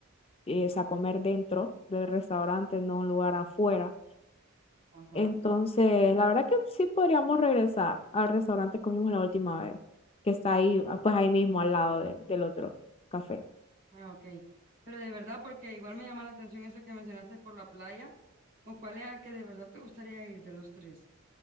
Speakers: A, on the left (about 30°); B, on the right (about 45°).
A: eh, o sea, comer dentro del restaurante, no un lugar afuera.
B: Ajá.
A: Entonces, la verdad que sí podríamos regresar al restaurante que comimos la última vez, que está ahí, ah, pues ahí mismo al lado de- del otro café.
B: Ah, ok. Pero de verdad, porque igual me llama la atención eso que mencionaste por la playa, ¿o cuál es el que de verdad te gustaría ir de los tres?